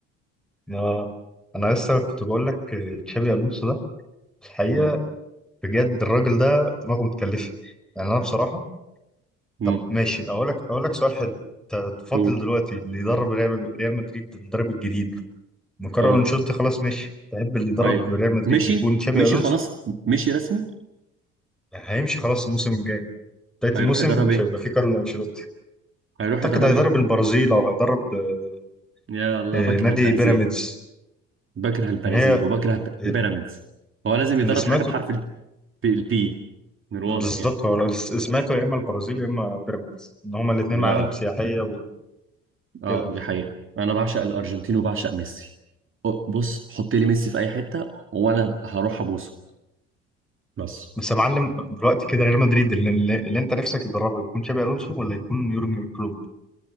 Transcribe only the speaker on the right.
اه
امم
قول
اه
ايوه
مشي
مشي
خلاص مشي رسمي
هيروح
يدرب
ايه
هيروح يدرب
ايه
يا الله
بكره
البرازيل
بكره البرازيل
وبكره ب-
بيراميدز هو لازم يدرب
حاجة بحرف ال- البي من الواضح
يعني
لا
اه
دي حقيقة انا بعشق الارجنتين وبعشق ميسي أو- بص حط لي ميسي في اي حتة وانا هروح ابوسه بس